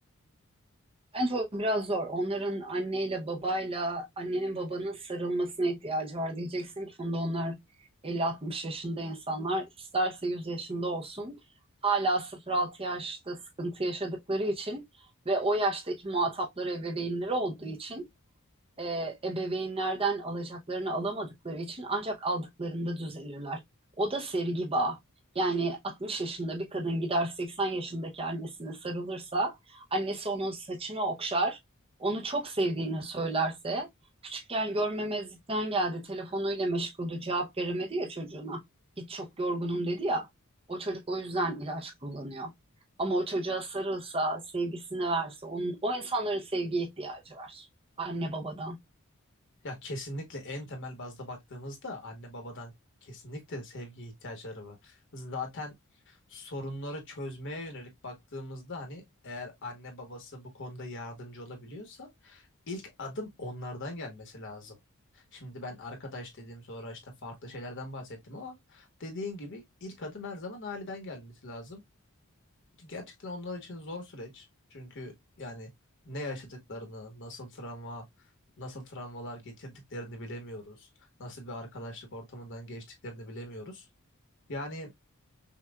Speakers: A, on the right; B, on the left.
A: Bence o biraz zor. Onların anneyle babayla annenin babanın sarılmasına ihtiyacı var. Diyeceksin ki Funda onlar elli, altmış yaşında insanlar. isterse 100 yaşında olsun. Hala sıfır altı yaşta sıkıntı yaşadıkları için ve o yaştaki muhatapları ebeveynleri olduğu için e, ebeveynlerden alacaklarını alamadıkları için ancak aldıklarında düzelirler. O da sevgi bağı. Yani 60 yaşında bir kadın gider 80 yaşındaki annesine sarılırsa, annesi onun saçını okşar, onu çok sevdiğini söylerse, küçükken görmemezlikten geldi, telefonuyla meşguldü, cevap veremedi ya çocuğuna. Git çok yorgunum dedi ya, o çocuk o yüzden ilaç kullanıyor. Ama o çocuğa sarılsa, sevgisini verse, onun, o insanların sevgiye ihtiyacı var. Anne babadan.
B: Ya kesinlikle en temel bazda baktığımızda anne babadan kesinlikle sevgi ihtiyaçları var. Zaten sorunları çözmeye yönelik baktığımızda hani eğer anne babası bu konuda yardımcı olabiliyorsa ilk adım onlardan gelmesi lazım. Şimdi ben arkadaş dediğim sonra işte farklı şeylerden bahsettim ama dediğin gibi ilk adım her zaman aileden gelmesi lazım gerçekten onlar için zor süreç. Çünkü yani ne yaşadıklarını, nasıl travma, nasıl travmalar getirdiklerini bilemiyoruz. Nasıl bir arkadaşlık ortamından geçtiklerini bilemiyoruz. Yani